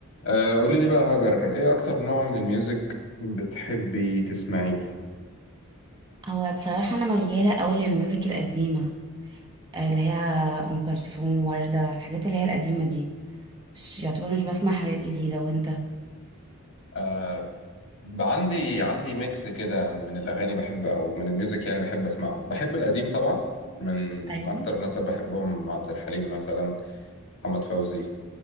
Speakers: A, on the left; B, on the right.
A: آه، قولي لي بقى هاجر ايه اكتر نوع من الميوزك بتحبي تسمعيه
B: هو بصراحة أنا مليانة أوي للميوزك القديمة آه، اللي هي أم كلثوم وردة الحاجات اللي هي القديمة دي مش يعتبر مش بسمع حاجات جديدة وأنت
A: آه عندي عندي ميكس كده من الأغاني بحب أو من الميوزك يعني بحب أسمعه بحب القديم طبعا من
B: ايوه
A: من أكتر الناس اللي بحبهم عبد الحليم مثلا محمد فوزي